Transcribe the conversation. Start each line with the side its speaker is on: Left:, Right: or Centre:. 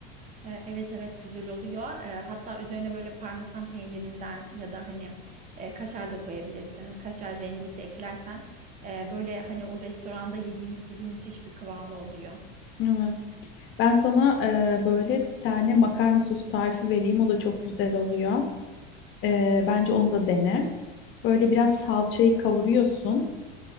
Right: E, evet evet güzel oluyor. E, hatta üzerine böyle parmesan peynirinden ya da hani e, kaşar da koyabilirsin. Kaşar rendesi eklersen e, böyle hani o restoranda yediğimiz gibi müthiş bir kıvamı oluyor.
Left: Evet. Ben sana e, böyle bir tane makarna sosu tarifi vereyim. O da çok güzel oluyor. Ee, bence onu da dene. Böyle biraz salçayı kavuruyorsun.